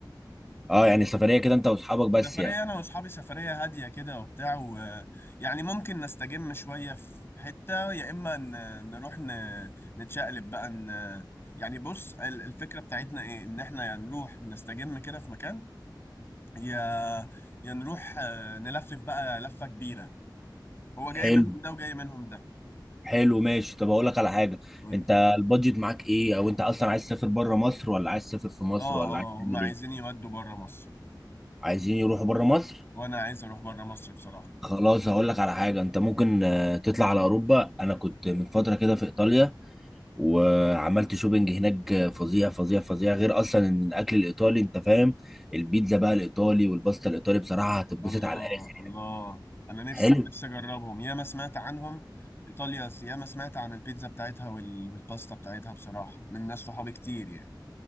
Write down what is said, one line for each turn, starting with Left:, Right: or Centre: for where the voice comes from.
Centre: اه يعني سفرية كده انت واصحابك بس
Left: سفرية
Centre: يعني
Left: أنا وأصحابي سفرية هادية كده وبتاع و... يعني ممكن نستجم شوية في حتة يا إما ن... نروح ن... نتشقلب بقى ن... يعني بص ال- الفكرة بتاعتنا إيه إن إحنا يا نروح نستجم كده في مكان يا يا نروح آه، نلفلف بقى لفة كبيرة هو جاي
Centre: حلو
Left: منهم ده وجاي منهم ده
Centre: حلو ماشي طب اقول لك على حاجة
Left: قولي
Centre: انت البادجت معاك ايه او انت اصلا عايز تسافر بره مصر ولا عايز تسافر في مصر
Left: آه
Centre: ولا
Left: آه
Centre: عايز تعمل
Left: هما عايزين
Centre: ايه
Left: يودوا بره مصر
Centre: عايزين يروحوا بره مصر
Left: وأنا عايز أروح بره مصر بصراحة
Centre: خلاص هقول لك على حاجة انت ممكن آه، تطلع على اوروبا انا كنت من فترة كده في ايطاليا وعملت شوبينج هناك فظيع فظيع فظيع غير اصلا ان الاكل الايطالي انت فاهم البيتزا بقى الايطالي والباستا الايطالي بصراحه هتتبسط
Left: الله
Centre: على الاخر
Left: الله انا نفسي
Centre: حلو
Left: نفسي اجربهم ياما سمعت عنهم ايطاليا ياما سمعت عن البيتزا بتاعتها وال- والباستا بتاعتها بصراحه من ناس صحابي كتير يعني